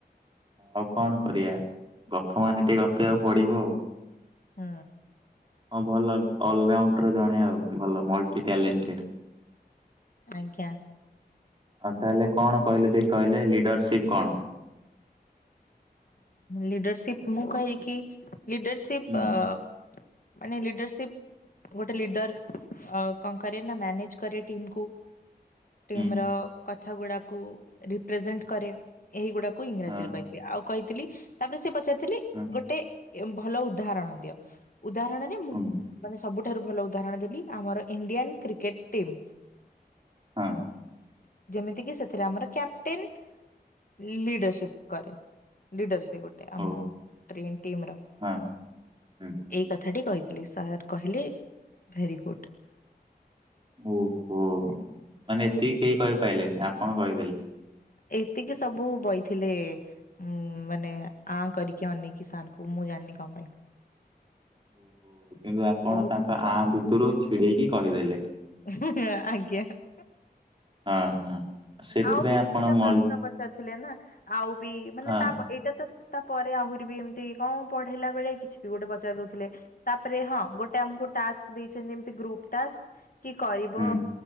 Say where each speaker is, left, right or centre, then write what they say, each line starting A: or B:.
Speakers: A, on the right; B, on the left.
A: ଆଉ କଣ କରିଆ ଗପ ମାନେ ଟିକେ ଗପିଆକୁ ପଡିବ ଆଉ।
B: ହୁଁ।
A: ହଁ ଭଲ ଅଲରାଉଣ୍ଡର ଜଣେ ଆଉ ଭଲ ମଲଟି ଟାଲେଣ୍ଟେଡ।
B: ଆଜ୍ଞା।
A: ଆଉ ତାହେଲେ କଣ କହିଲେ ଟିକେ କହିଲେ ଲିଡରସିପ୍ କଣ?
B: ଲିଡରସିପ୍ ମୁଁ କହିକି ଲିଡରସିପ୍
A: ହୁଁ
B: ଅ ମାନେ ଲିଡରସିପ୍ ଗୋଟେ ଲିଡର କଣ କରେ ନା ମ୍ୟାନେଜ୍ କରେ ଟିମ୍ କୁ। ଟିମ୍
A: ହୁଁ
B: ର କଥା ଗୁଡାକୁ ରିପ୍ରେଜେଣ୍ଟ କରେ। ଏହି ଗୁଡାକୁ ଇଂରାଜୀରେ
A: ହଁ
B: କହି ଆଉ କହିଥିଲି ତାପରେ ସେ ପଚାରିଥିଲେ
A: ହଁ।
B: ଗୋଟେ ଭଲ ଉଦାହରଣ ଦିଅ ଉଦାହରଣରେ ମୁଁ
A: ହୁଁ
B: ମାନେ ସବୁଠାରୁ ଭଲ ଉଦାହରଣ ଦେଲି ଆମର ଇଣ୍ଡିଆନ କ୍ରିକେଟ ଟିମ୍।
A: ହଁ।
B: ଯେମିତିକିି ସେଥିରେ ଆମର କ୍ୟାପଟେନ୍ ଲିଡରସିପ୍ କରେ। ଲିଡର ସେ ଗୋଟେ ଆମ
A: ଓ
B: ଟ୍ରିମ ଟିମ୍ ର।
A: ହଁ ହୁଁ
B: ଏଇ କଥାଟି କହିଥିଲି ସାର୍ କହିଲେ ଭେରି ଗୁଡ।
A: ଓହୋ, ମାନେ ଏତିକି କେହି କହିପାଇଲେନି ଆପଣ କହିଦେଲେ।
B: ଏତିକି ସବୁ ବଇଥିଲେ ଉଁ, ମାନେ ଆଁ କରିକି ଅନେଇ କି ସାରଙ୍କୁ ମୁଁ ଜାଣିନି କଣ ପାଇଁ।
A: ଓ, କିନ୍ତୁ ଆପଣ
B: ବହୁତ
A: ତାଙ୍କ ଆଁ ଭିତୁରୁ ଛିଡେଇକି କହିଦେଲେ?
B: ଆଜ୍ଞା।
A: ହଁ ହଁ। ସେଥିପାଇଁ
B: ଆଉ ବି କିଛିଟା
A: ଆପଣ ମଲ୍
B: ପ୍ରଶ୍ନ ପଚାରି ଥିଲେ ନା। ଆଉ ବି ମାନେ
A: ହଁ
B: ତା ଏଇଟା ତ ତାପରେ ଆହୁରି ବି ଏମିତି କଣ ପଢେଇଲା ବେଳେ କିଛି ବି ଗୋଟେ ପଚାରି ଦଉଥିଲେ। ତାପରେ ହଁ ଗୋଟେ ଆମକୁ ଟାସ୍କ ଦେଇଚନ୍ତି ଏମତି ଗ୍ରୁପ ଟାସ୍କ। କି କରିବ
A: ହୁଁ